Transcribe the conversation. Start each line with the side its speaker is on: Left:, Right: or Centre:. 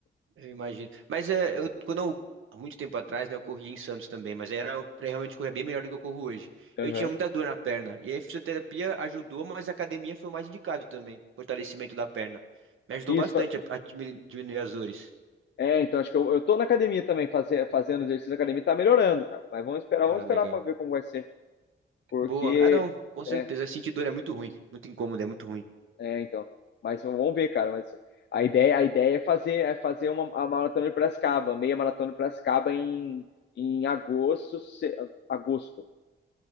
Right: Eu imagino. Mas é, eu, quando eu, há muito tempo atrás, né, eu corria em Santos também, mas era pra realmente correr bem melhor do que eu corro hoje.
Left: Aham.
Right: Eu tinha muita dor na perna, e aí a fisioterapia ajudou, mas a academia foi o mais indicado também, fortalecimento da perna. Me ajudou
Left: Isso,
Right: bastante a, a dimi- diminuir as dores.
Left: É, então acho que eu, eu tô na academia também, faze- fazendo exercício na academia, tá melhorando, cara. Mas vamos esperar,
Right: Ah,
Left: vamos esperar
Right: legal.
Left: pra ver como vai ser. Porque,
Right: Boa. Ah, não, com certeza.
Left: é,
Right: Sentir dor é muito ruim, muito incômodo, é muito ruim.
Left: é, então. Mas vamos ver, cara. Mas a ideia, a ideia é fazer, é fazer uma, a maratona de Piracicaba, meia maratona de Piracicaba em, em agosto, se- agosto.